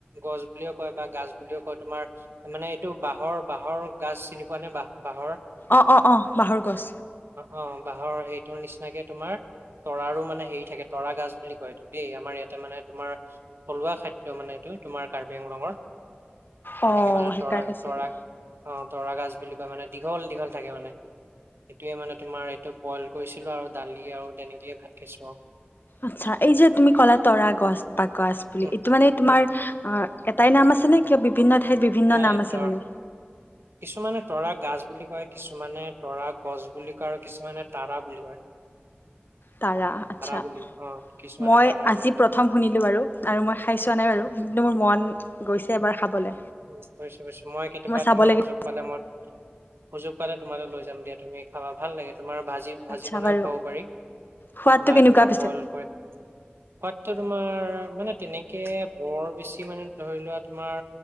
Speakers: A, on the right; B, on the left.
A: গছ বুলিও কয় বা গাছ বুলিও কয় তোমাৰ মানে এইটো বাঁহৰ বাঁহৰ গাছ চিনি পোৱা নে বাঁহ বাঁহৰ
B: অ অ অ বাঁহৰ গছ
A: অ', বাঁহৰ সেই তোৰ নিচিনাকে তোমাৰ তৰাৰো মানে হেৰি থাকে তৰা গছ বুলি কয় এইটো দেই আমাৰ ইয়াতে মানে তোমাৰ থলুৱা খাদ্য মানে এইটো তোমাৰ কাৰ্বি-আংলঙৰ
B: অ
A: তেনেকে মানে
B: সেইকাৰণে
A: তৰা
B: চাগে
A: তৰা অ তৰা গছ বুলি কয় মানে দীঘল দীঘল থাকে মানে সেইটোোৱে মানে তোমাৰ এইটো বইল কৰিছিলো আৰু দালি আৰু তেনেকেইে ভাত খাইছো আৰু
B: আচ্ছা এই যে তুমি কলা তৰা গছ বা গছ বুলি
A: উম
B: এইটো মানে তোমাৰ
A: উম
B: অ', এটাই নাম আছে নে কিয় বিভিন্ন ঠাইত বিভিন্ন
A: নাই
B: নাম আছে
A: তৰ
B: মানে
A: কিছুমানে তৰা গছ বুলি কয় কিছুমানে তৰা গছ বুলি কয় আৰু কিছুমানে তৰা বুলি কয়
B: তাৰা আচ্ছা
A: বুলি অ কিছুমানে
B: মই
A: তাৰা
B: আজি
A: বুলি কয়
B: প্ৰথম শুনিলো বাৰু আৰু মই খাই চোৱা নাই বাৰু কিন্তু মোৰ মন গৈছে এবাৰ খাবলে
A: উ বুজছো বুছো মই কেতিয়াবা
B: চাব
A: তোমাৰ
B: লাগিব
A: সুযোগ পালে মই সুযোগ পালে তোমালৈ লৈ যাম দিয়া তুমি খাবা ভাল লাগে তোমাৰ ভাজি ভাজি
B: আচ্ছা
A: বনাইও
B: বাৰু
A: খাব পাৰি
B: সোৱাদটো
A: বা
B: কেনেকুৱা
A: তোমাৰ
B: পিছে
A: বইল কৰে সোৱাদটো তোমাৰ মানে তেনেকে বৰ বেছি মানে ধৰি লোৱা তোমাৰ